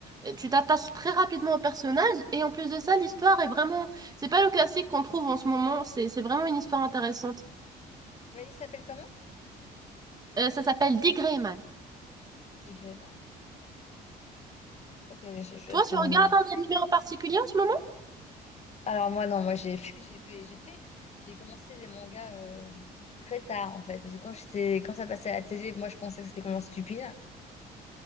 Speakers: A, on the right; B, on the left.
A: Euh, Tu t'attaches très rapidement au personnage et en plus de ça, l'histoire est vraiment... C'est pas le classique qu'on trouve en ce moment. C'est c'est vraiment une histoire intéressante.
B: tu m'as dit, ça s'appelle comment?
A: Euh, ça s'appelle Dick Grayman.
B: Tigreman. Ok, je, je
A: Toi,
B: jetterai
A: tu regardes
B: un œil.
A: un animé en particulier en ce moment?
B: Alors moi, non, moi j'ai fait, <laughs> j'ai fait, j'ai fait- j'ai commencé les mangas euh, très tard en fait. Parce que quand j'étais, quand ça passait à la télé, moi je pensais que c'était complètement stupide.